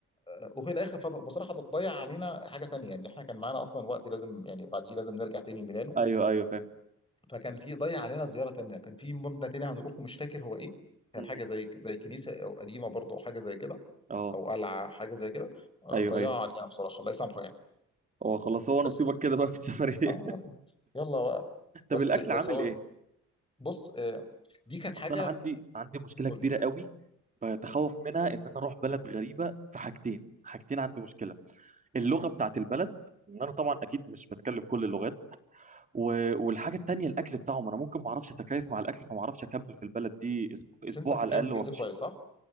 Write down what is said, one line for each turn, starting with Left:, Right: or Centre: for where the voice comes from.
Left: آه، وفي الاخر فض- بصراحه ضيع علينا حاجه تانية ان احنا كان معانا اصلا وقت لازم يعني بعديه لازم نرجع تاني ميلانو
Right: ايوه ايوه فاهم
Left: فكان في ضيع علينا زياره تانية كان في مبنى تاني هنروحه مش فاكر هو ايه كان
Right: مم.
Left: حاجه زي زي كنيسه او قديمه برضه او حاجه زي كده
Right: اه
Left: او قلعه حاجه زي كده آه،
Right: ايوه
Left: ضيعوا
Right: ايوه
Left: علينا بصراحه الله يسامحه يعني
Right: هو خلاص هو نصيبك
Left: بس
Right: كده بقى في السفريه
Left: اه يلا يلا بقى
Right: <laughs> طب
Left: بس
Right: الاكل
Left: بس
Right: عامل
Left: هو
Right: ايه
Left: بص آه، دي كانت حاجه
Right: اصل انا عندي عندي مشكله
Left: قول
Right: كبيره
Left: لي
Right: قوي بتخوف
Left: مم.
Right: منها ان انا اروح بلد غريبه في حاجتين حاجتين عندي مشكله اللغه بتاعت البلد ان انا طبعا اكيد مش بتكلم كل اللغات و... والحاجه التانيه الاكل بتاعهم انا ممكن ما اعرفش اتكيف مع الاكل فما اعرفش اكمل في البلد دي أسبوع,
Left: بس
Right: اسبوع
Left: انت بتتكلم
Right: على الاقل
Left: الجنس
Right: وامشي
Left: كويس صح؟